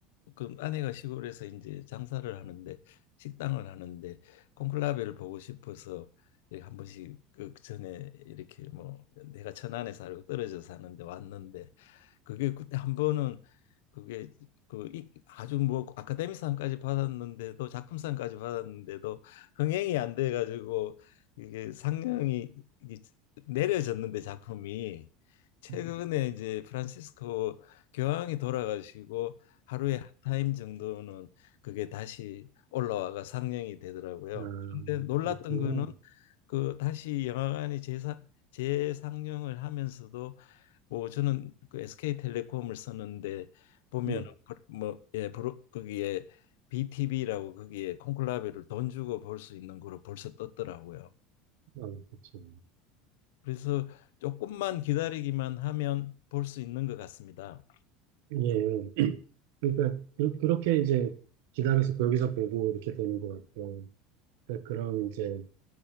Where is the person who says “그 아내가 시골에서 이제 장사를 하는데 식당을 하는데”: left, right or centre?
Left